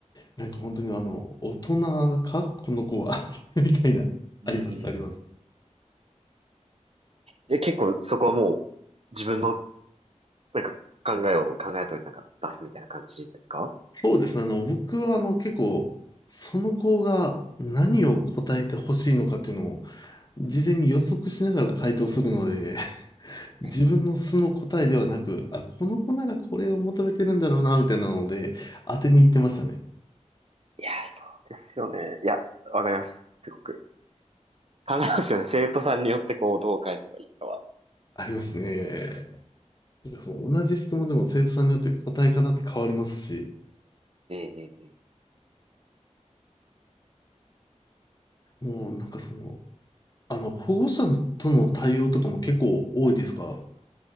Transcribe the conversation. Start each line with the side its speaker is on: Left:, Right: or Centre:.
Left: なんか本当にあの、大人かこの子は <laughs> みたいな、あります、
Right: うん。
Left: あります。
Right: で、結構そこはもう自分のなんか考えを考えといてなんか出すみたいな感じですか
Left: そうですね。あの、僕はあの、結構、その子が何を答えてほしいのかっていうのを、事前に予測しながら回答するので、<laughs> 自分の素の答えではなく、
Right: ええ
Left: あ、この子ならこれを求めてるんだろうな、みたいなので、当てに行ってましたね。
Right: いや、そうですよね。いや、わかります。すごく。考えますよね。生徒さんによってこう、どう返せばいいかは。
Left: ありますね。なんかその同じ質問でも生徒さんによって答え方って変わりますし、
Right: ええええええ
Left: もうなんかその、あの、保護者との対応とかも結構多いですか